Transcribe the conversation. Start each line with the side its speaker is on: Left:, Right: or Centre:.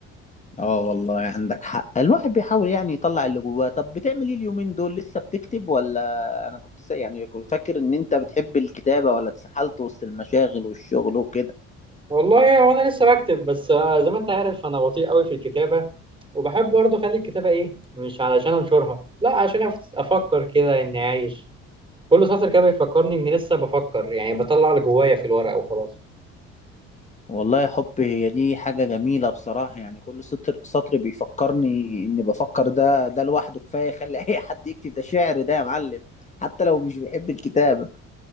Left: اه والله عندك حق الواحد بيحاول يعني يطلع اللي جواه طب بتعمل ايه اليومين دول لسه بتكتب ولا انا كنت سا... يعني كنت فاكر ان انت بتحب الكتابة ولا اتسحلت وسط المشاغل والشغل وكده
Right: والله هو انا لسه بكتب بس آه، زي ما انت عارف انا بطيء قوي في الكتابه وبحب برضه اخلي الكتابه ايه مش علشان انشرها لا عشان أف- افكر كده اني عايش كل سطر كده بيفكرني اني لسه بفكر يعني بطلع اللي جوايا في الورق وخلاص
Left: والله يا حب هي دي حاجة جميلة بصراحة يعني كل سطر سطر بيفكرني إني بفكر ده ده لوحده كفاية <laughs> يخلي أي حد يكتب ده شعر ده يا معلم حتى لو مش بيحب الكتابة